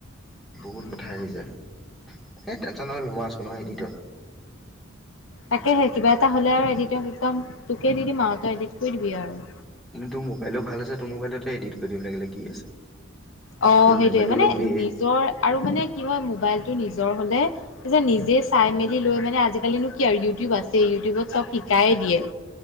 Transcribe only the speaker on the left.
উম
তাকেহে কিবা এটা হ'লে আৰু এডিটক একদম তোকে দি দিম আৰু, তই এডিট কৰি দিবি আৰু।
অ'
সেইটোৱে
মানে
নিজৰ আৰু মানে কি হয় মোবাইলটো নিজৰ হ'লে তাৰপিছত নিজে চাই মেলি লৈ মানে আজিকালিনো কি আৰু ইউটিউব আছেই ইউটিউবত চব শিকাইে দিয়ে।